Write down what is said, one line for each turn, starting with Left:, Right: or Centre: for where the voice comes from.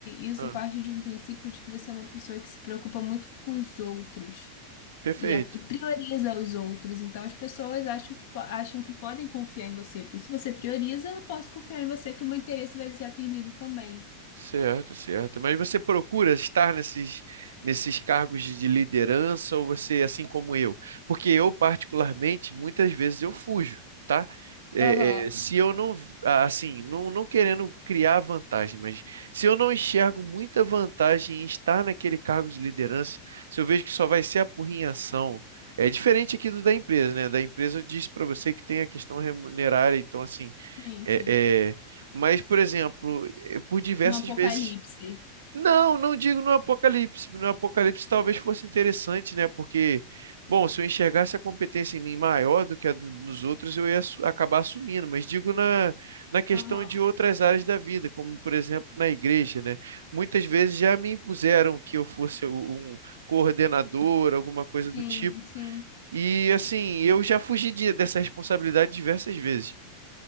Left: isso
Right: Ah,
Left: parte de um princípio de que você é uma pessoa que se preocupa muito com os outros
Right: perfeito.
Left: e, a- e prioriza os outros. Então as pessoas acham que, po- acham que podem confiar em você, porque se você prioriza, eu posso confiar em você que o meu interesse vai ser atendido também.
Right: Certo, certo. Mas você procura estar nesses, nesses cargos de de liderança ou você, é assim como eu? Porque eu, particularmente, muitas vezes eu fujo, tá? É,
Left: Aham,
Right: é, se eu não, ah, assim, não, não querendo criar vantagem, mas se eu não enxergo muita vantagem em estar naquele cargo de liderança, se eu vejo que só vai ser apurrinhação, é diferente aqui do da empresa, né? Da empresa eu disse para você que tem a questão remunerária, então, assim
Left: Sim,
Right: é,
Left: sim.
Right: é, mas, por exemplo, eh, por diversas
Left: No apocalipse.
Right: vezes. Não, não digo no Apocalipse. No Apocalipse talvez fosse interessante, né? Porque, bom, se eu enxergasse a competência em mim maior do que a do- nos outros, eu ia su- acabar assumindo. Mas digo na, na questão
Left: Aham,
Right: de outras áreas da vida, como, por exemplo, na igreja, né? Muitas vezes já me impuseram que eu fosse o- um coordenador, alguma coisa do
Left: Sim,
Right: tipo.
Left: sim.
Right: E, assim, eu já fugi de- dessa responsabilidade diversas vezes.